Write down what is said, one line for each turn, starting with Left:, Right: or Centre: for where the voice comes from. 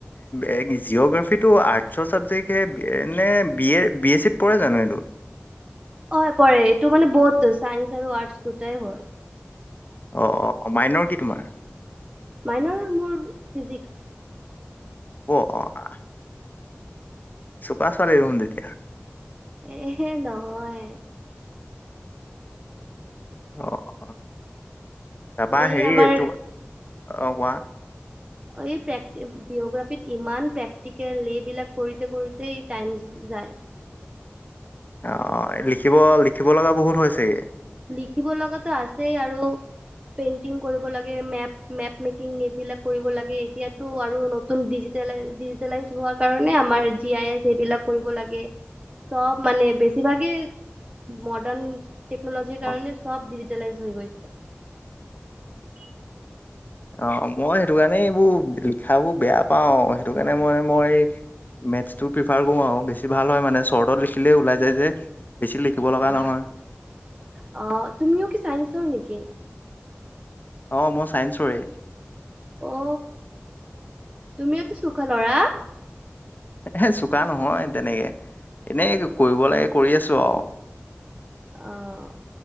Left: এই জিঅ'গ্ৰাফিটো আৰ্টছৰ চাবজেক্টহে নে বি এ বি এ চিত পৰে জানো এইটো।
Right: হয় পৰে এইটো মানে বহুত চাইন্স আৰু আৰ্টচ দুটাই হয়।
Left: অ', অ', অ', মাইনৰ কি তোমাৰ?
Right: মাইনৰ মোৰ ফিজিক্স।
Left: অ', চুকা ছোৱালী দেহোন তেতিয়া।
Right: এহে নহয়।
Left: অ', অ', যাবা
Right: এই
Left: হেৰি
Right: আমাৰ
Left: এইটো অ, কোৱা?
Right: এই প্ৰেক্টি জিঅগ্ৰাফিত ইমান প্ৰেক্টিকেল এইবিলাক কৰোতে-কৰোতেই টাইম যায়। <inaudible>
Left: অ, লিখিব - লিখিব লগা বহুত হৈছেগে।
Right: লিখিব লগাতো আছেই আৰু পেইণ্টিং কৰিব লাগে মেপ-মেপ মেকিং এইবিলাক কৰিব লাগে। এতিয়াটো আৰু নতুন ডিজিটেলাইছ হোৱাৰ কাৰণে আমাৰ জি আই এছ এইবিলাক কৰিব লাগে। চব মানে বেছিভাগেই মডাৰ্ণ টেকনলজিৰ কাৰণে
Left: অ
Right: চব ইউটিলাইজ হৈ গৈছে।
Left: অ, মই সেইটো কাৰণে এইবোৰ লিখাবোৰ বেয়া পাও সেইটো কাৰণে মানে মই মেথছটো প্ৰিফাৰ কৰো আৰু বেছি ভাল হয় মানে চ্বৰ্টত লিখিলেই ওলাই যায় যে। বেছি লিখিব লগা
Right: অহ,
Left: নহয়
Right: তুমিও কি চাইন্ঞ্চৰ নেকি?
Left: অ, মই চাইন্সৰেই।
Right: অ তুমিওটো চুখা লৰা।
Left: এ চোকা নহয় তেনেকে। এনেই কৰিব লাগে কৰি আছো আও।
Right: অ'